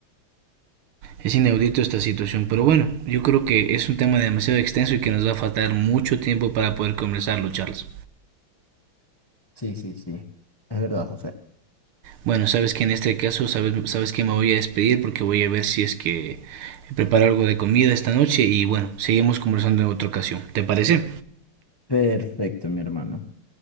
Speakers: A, on the right; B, on the left.
A: Es inaudito esta situación, pero bueno, yo creo que es un tema demasiado extenso y que nos va a faltar mucho tiempo para poder conversarlo, Charles.
B: Sí, sí, sí. Es verdad, José.
A: Bueno, sabes que en este caso, sabes, sabes que me voy a despedir porque voy a ver si es que preparo algo de comida esta noche y bueno, seguimos conversando en otra ocasión. ¿Te parece?
B: Perfecto, mi hermano.